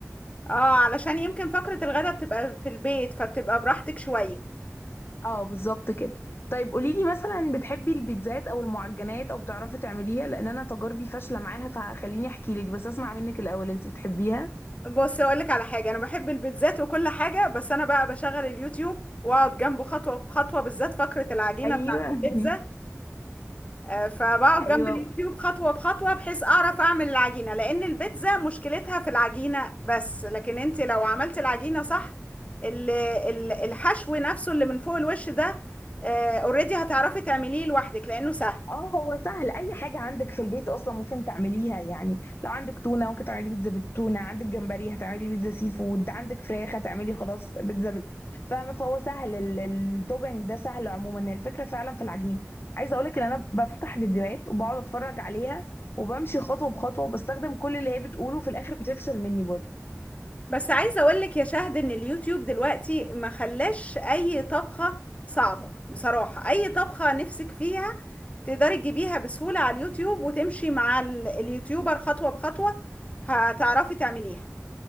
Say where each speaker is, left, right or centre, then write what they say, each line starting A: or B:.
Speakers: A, on the left; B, on the left.
A: اه علشان يمكن فقرة الغدا بتبقى في البيت فبتبقى براحتك شوية
B: اه بالظبط كده طيب قوليلي مثلا بتحبي البيتزات أو المعجنات أو بتعرفي تعمليها لأن أنا تجاربي فاشلة معاها فخليني أحكيلك بس أسمع منك الأول أنت بتحبيها؟
A: بص اقولك على حاجة انا بحب البيتزات وكل حاجة بس انا بقى بشغل اليوتيوب واقعد جنبه خطوة بخطوة بالذات فقرة العجينة
B: ايوه
A: بتاعة
B: <laughs>
A: البيتزا آه، فبقعد
B: ايوه
A: جنب اليوتيوب خطوة بخطوة بحيث اعرف اعمل العجينة لان البيتزا مشكلتها في العجينة بس لكن انت لو عملت العجينة صح ال- ال- الحشو نفسه اللي من فوق الوش ده اوريدي هتعرفي تعمليه لوحدك لانه سهل
B: اه هو سهل اي حاجه عندك في البيت اصلا ممكن تعمليها يعني لو عندك تونه ممكن تعملي بيتزا بالتونه عندك جمبري هتعملي بيتزا سي فود عندك فراخ هتعملي خلاص بيتزا بال... فاهمه فهو سهل ال- التوبينج ده سهل عموما الفكره فعلا في العجينه عايزه اقولك ان انا بفتح فيديوهات وبقعد اتفرج عليها وبمشي خطوه بخطوه وبستخدم كل اللي هي بتقوله في الاخر بتفشل مني برضه
A: بس عايزه اقول لك يا شهد ان اليوتيوب دلوقتي ما خلاش اي طبخه صعبه بصراحه اي طبخه نفسك فيها تقدري تجيبيها بسهوله على اليوتيوب وتمشي مع ال- اليوتيوبر خطوه بخطوه هتعرفي تعمليها